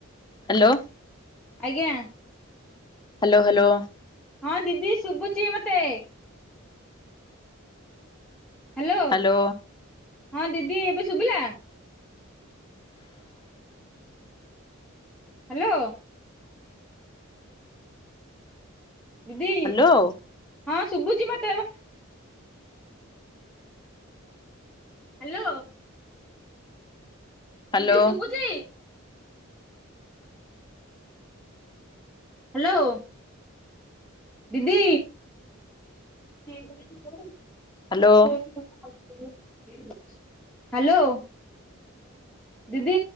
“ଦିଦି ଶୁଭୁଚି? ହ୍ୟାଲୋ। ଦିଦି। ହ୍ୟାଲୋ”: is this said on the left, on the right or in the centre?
Centre